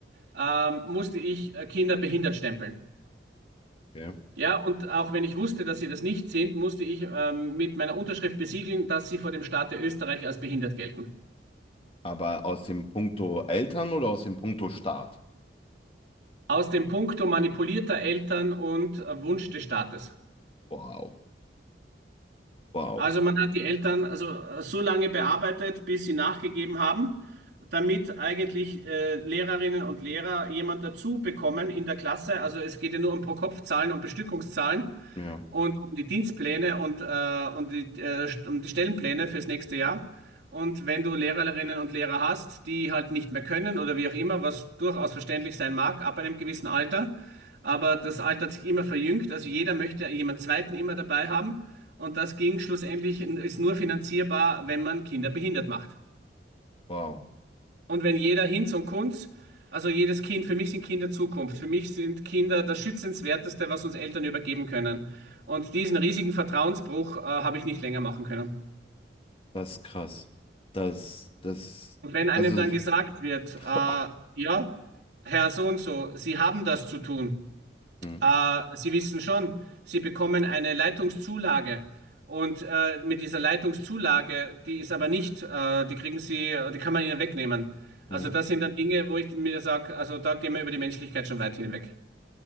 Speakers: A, on the right; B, on the left.
A: ähm, musste ich äh, Kinder behindert stempeln.
B: okay.
A: Ja, und auch wenn ich wusste, dass sie das nicht sind, musste ich ähm, mit meiner Unterschrift besiegeln, dass sie vor dem Staate Österreich als behindert gelten.
B: Aber aus dem Punkto Eltern oder aus dem Punkto Staat?
A: Aus dem Punkto manipulierter Eltern und äh, Wunsch des Staates.
B: Wow, wow.
A: Also man hat die Eltern also äh, so lange bearbeitet, bis sie nachgegeben haben, damit eigentlich äh, Lehrerinnen und Lehrer jemand dazu bekommen in der Klasse. Also es geht ja nur um Pro-Kopf-Zahlen und Bestückungszahlen
B: Ja.
A: und um die Dienstpläne und, äh, und die, äh, um die Stellenpläne fürs nächste Jahr. Und wenn du Lehrerinnen und Lehrer hast, die halt nicht mehr können oder wie auch immer, was durchaus verständlich sein mag, ab einem gewissen Alter, aber das Alter hat sich immer verjüngt, also jeder möchte jemand Zweiten immer dabei haben und das ging schlussendlich, ist nur finanzierbar, wenn man Kinder behindert macht.
B: Wow,
A: Und wenn jeder Hinz und Kunz, also jedes Kind, für mich sind Kinder Zukunft. Für mich sind Kinder das Schützenswerteste, was uns Eltern übergeben können. Und diesen riesigen Vertrauensbruch, äh, habe ich nicht länger machen können.
B: das ist krass. Das, das,
A: Und wenn einem
B: also,
A: dann gesagt wird,
B: boah,
A: äh, ja, Herr so und so, Sie haben das zu tun.
B: hm,
A: Äh, Sie wissen schon, Sie bekommen eine Leitungszulage. Und äh, mit dieser Leitungszulage, die ist aber nicht, äh, die kriegen Sie, äh, die kann man Ihnen wegnehmen.
B: hm,
A: Also das sind dann Dinge, wo ich mir sage, also da gehen wir über die Menschlichkeit schon weit hinweg.